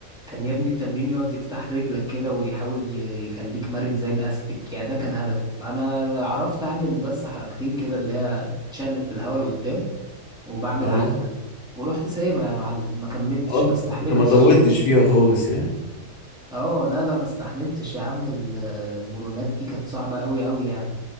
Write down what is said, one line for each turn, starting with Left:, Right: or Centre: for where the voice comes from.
Centre: كان يا ابني التمرين يقعد يفتح رجلك كده ويحاول ي- يخليك مرن زي الاستيك يعني ده كان هدفه انا عرفت اعمل بس حركتين كده اللي هي تشقلب في الهواء لقدام وبعمل
Left: اه
Centre: عجلة ورحت سايبها يا معلم ما كملتش
Left: آه،
Centre: ما
Left: انت
Centre: استحملتش
Left: أنت ما طولتش فيها خالص يعني
Centre: اه لا لا ما استحملتش يا عم ال- المرونات دي كانت صعبة قوي قوي يعني